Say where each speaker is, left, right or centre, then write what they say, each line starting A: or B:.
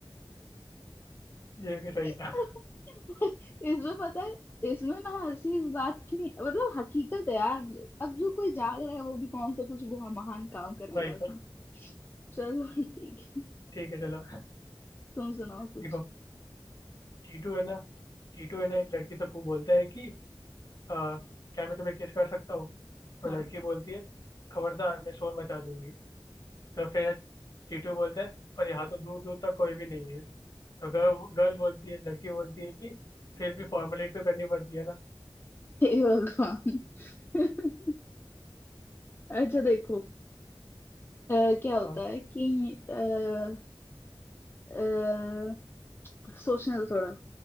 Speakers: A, on the left; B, on the left.
A: ये भी सही
B: <laughs>
A: था
B: इसमें पता है इसमें ना हंसी इस बात की नहीं मतलब हकीकत है यार अब जो कोई जाग रहा है वो भी कौन सा कुछ बहुत महान काम कर लिया
A: वही
B: उसने
A: तो
B: चलो ठीक है
A: ठीक है चलो
B: तुम सुनाओ कुछ
A: देखो टीटू है ना टीटू है ना एक लड़की से पू- बोलता है कि आ, क्या मैं तुम्हें किस कर सकता हूँ तो
B: हाँ
A: लड़की बोलती है खबरदार मैं शोर मचा दूंगी तो फिर टीटू बोलता है पर यहाँ तो दूर दूर तक कोई भी नहीं है तो गर्ल गर्ल बोलती है लड़की बोलती है कि फिर भी फॉर्मेलिटी तो करनी पड़ती है ना
B: हे भगवान <laughs> अच्छा देखो अ, क्या होता
A: हाँ
B: है कि अ, अ, सोचने दो थोड़ा